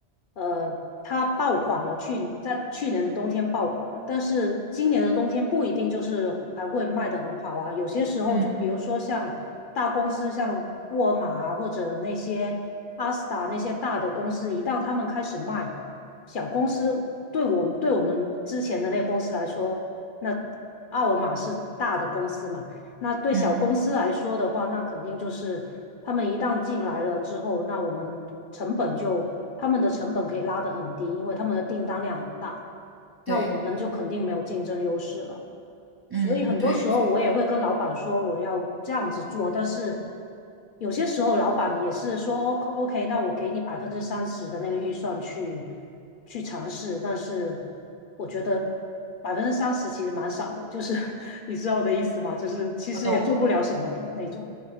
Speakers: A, on the left (about 60°); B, on the right (about 30°).
A: 呃它爆款了去，在去年的冬天爆款了，但是今年的冬天不一定就是还会卖得很好啊，有些时候就比如说像大公司，
B: 嗯
A: 像沃尔玛啊，或者那些阿斯达那些大的公司，一旦他们开始卖。小公司对我对我们之前的那个公司来说，那奥尔玛是大的公司嘛，那对小公司来说的话，
B: 嗯
A: 那肯定就是他们一旦进来了之后，那我们成本就他们的成本可以拉得很低，因为他们的订单量很大，那我们就肯定没有竞争优势了。
B: 对嗯对，
A: 所以很多时候我也会跟老板说我要这样子做，但是有些时候老板也是说 OK OK，那我给你百分之三十的那个预算去去尝试，但是我觉得百分之三十其实蛮少的，就是 <laughs> 你知道我的意思吗？就是其实也做不了什么的那种。
B: 不懂。